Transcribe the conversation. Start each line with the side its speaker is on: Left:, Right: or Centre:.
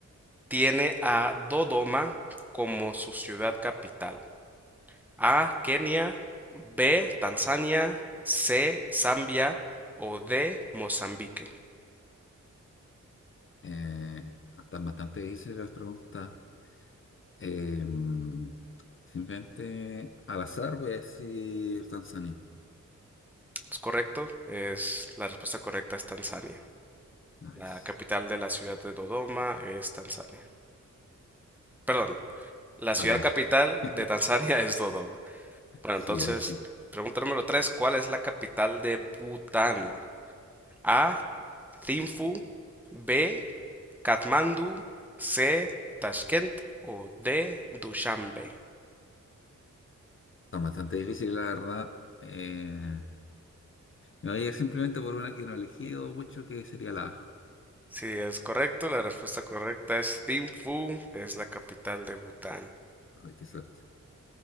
Centre: tiene a Dodoma como su ciudad capital? A. Kenia. B. Tanzania. C. Zambia. O D. Mozambique.
Left: Eh, están bastante difíciles las preguntas. Eh, mm, simplemente al azar voy a decir Tanzania.
Centre: ¿Es correcto? Es, la respuesta correcta es Tanzania.
Left: Nice.
Centre: La capital de la ciudad de Dodoma es Tanzania. Perdón, La
Left: Al
Centre: ciudad
Left: revés.
Centre: capital
Left: <laughs>
Centre: de Tanzania es Dodoma. Bueno,
Left: Sí,
Centre: entonces,
Left: ahí sí.
Centre: pregunta número 3: ¿cuál es la capital de Bután? A, Thimphu, B, Katmandú, C, Tashkent o D, Dushanbe.
Left: está bastante difícil la verdad. Eh, me voy a ir simplemente por una que no he elegido mucho, que sería la A.
Centre: Si es correcto, la respuesta correcta es Thimphu, es la capital de Bután.
Left: Ay, qué suerte.